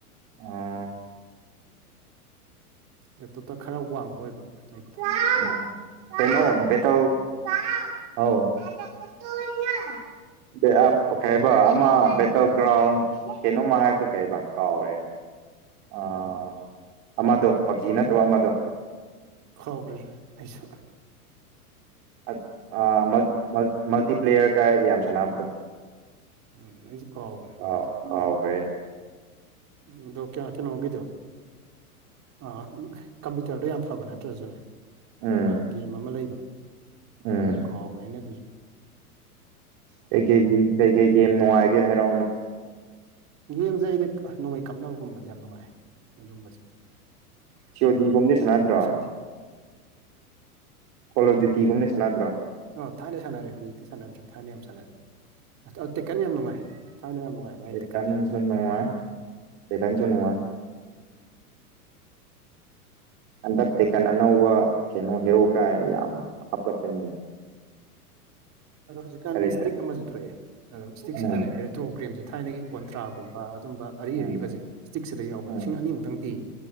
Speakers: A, on the right; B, on the right.
A: ꯑꯣ
B: ꯂꯦꯞꯇꯣꯞꯇ ꯈꯔ ꯋꯥꯡꯕ ꯑꯣꯏꯕ ꯑꯩꯒꯤꯗꯣ
A: ꯄꯥꯎ ꯄꯥꯎ ꯀꯩꯅꯣ ꯕꯦꯇꯜ ꯄꯥꯎ ꯍꯥꯎ ꯑꯗꯥ__ ꯀꯥ ꯆꯠꯇꯣꯏꯅꯣ ꯀꯩ ꯑꯥꯞ ꯀꯩꯕ ꯑꯃ ꯕꯦꯇꯜ ꯒ꯭ꯔꯥꯎꯟ ꯀꯩꯅꯣꯝꯃ ꯍꯥꯏꯕꯗꯣ ꯀꯩꯕ ꯀꯥꯎꯔꯦ ꯑꯩ ꯑꯥ ꯑꯃꯗꯣ ꯄꯞꯖꯤ ꯅꯠꯇꯕ ꯑꯃꯗꯣ
B: ꯀꯥꯎꯒꯔꯦ ꯑꯩꯁꯨ
A: ꯑꯠ ꯑꯥ ꯃꯜ ꯃꯜ ꯃꯜꯇꯤꯄ꯭ꯂꯦꯌꯔꯒ ꯌꯥꯝ ꯁꯥꯟꯅꯕꯗꯣ
B: ꯎꯝ ꯑꯩꯖꯨ ꯀꯥꯎꯒ꯭ꯔꯦ
A: ꯑꯥꯎ
B: ꯑꯗꯣ
A: ꯀꯥꯎꯈ꯭ꯔꯦ
B: ꯎꯝ ꯗꯣ ꯀꯤꯌꯥ ꯀꯩꯅꯣꯒꯤꯗꯣ ꯑꯥ ꯎꯝ ꯀꯝꯄ꯭ꯌꯨꯇꯔꯗꯣ ꯌꯥꯝ ꯐꯕ ꯅꯠꯇ꯭ꯔꯖꯨꯅꯦ
A: ꯎꯝ
B: ꯑꯃ ꯒꯦꯝ ꯑꯃ ꯂꯩꯕꯅꯦ
A: ꯎꯝ
B: ꯃꯃꯤꯡ ꯀꯥꯎꯒ꯭ꯔꯦꯅꯦ ꯑꯗꯨꯖꯨ
A: ꯀꯩ ꯀꯩꯒꯤ ꯀꯩ ꯀꯩ ꯒꯦꯝ ꯅꯨꯡꯉꯥꯏꯒꯦ ꯍꯥꯏꯔꯛꯑꯣꯅꯦ
B: ꯒꯦꯝꯁꯦ ꯑꯩꯗꯤ ꯑꯥ ꯅꯣꯡꯃꯩ ꯀꯥꯞꯅꯕꯒꯨꯝꯕꯁꯦ ꯌꯥꯝ ꯅꯨꯡꯉꯥꯏ ꯑꯗꯨꯝꯕꯖꯦ
A: ꯁꯤꯑꯣꯗꯤꯒꯨꯝꯗꯤ ꯁꯥꯟꯅꯗ꯭ꯔꯣ
B: ꯑꯦꯛꯁꯟꯁꯦ
A: ꯀꯣꯂꯔ ꯗꯤꯇꯤꯒꯨꯝꯗꯤ ꯁꯟꯅꯗ꯭ꯔꯣ
B: ꯑꯣ ꯊꯥꯏꯅ ꯁꯥꯟꯅꯔꯦ ꯍꯧꯖꯤꯛꯇꯤ ꯁꯥꯟꯅꯗ꯭ꯔꯦ ꯊꯥꯏꯅ ꯌꯥꯝ ꯁꯥꯟꯅꯔꯦ ꯑꯁ ꯇꯦꯀꯟ ꯌꯥꯝ ꯅꯨꯡꯉꯥꯏ ꯊꯥꯏꯅ ꯌꯥꯝ ꯅꯨꯡꯉꯥꯏ ꯍꯥꯏ
A: ꯇꯦꯀꯟ
B: ꯇꯦꯛꯀꯟꯁꯦ ꯌꯥꯝ
A: ꯁꯨ ꯅꯨꯉꯥꯏ ꯇꯦꯀꯟꯁꯨ ꯅꯨꯉꯥꯏ ꯍꯟꯗꯛ
B: ꯑꯗꯣ
A: ꯇꯦꯛꯀꯟ ꯑꯅꯧꯕ ꯀꯩꯅꯣ ꯍꯦꯔꯣ ꯀꯥꯏ ꯌꯥꯝ ꯍꯥꯞꯀꯠꯄꯅꯤꯅꯦ
B: ꯑꯗꯣ ꯍꯧꯖꯤꯛꯀꯥꯟꯗꯤ
A: ꯀꯔꯦꯛꯇ
B: ꯏꯁꯇꯤꯛ ꯑꯃꯖꯨ ꯊꯣꯛꯑꯦ ꯑꯗꯨꯝ ꯏꯁꯇꯤꯛꯁꯤꯗꯅꯦ
A: ꯎꯝ
B: ꯔꯦꯇ꯭ꯔꯣꯒ꯭ꯔꯦꯝꯖꯦ ꯊꯥꯏꯅꯒꯤ ꯀꯣꯟꯇ꯭ꯔꯥꯒꯨꯝꯕ ꯑꯗꯨꯝꯕ ꯑꯔꯤ
A: ꯎꯝ
B: ꯑꯔꯤꯕꯖꯦ ꯁ꯭ꯇꯤꯛꯁꯤꯗ ꯌꯥꯎꯕ
A: ꯎꯝ
B: ꯂꯤꯁꯤꯡ ꯑꯅꯤꯃꯨꯛꯇꯪ ꯄꯤ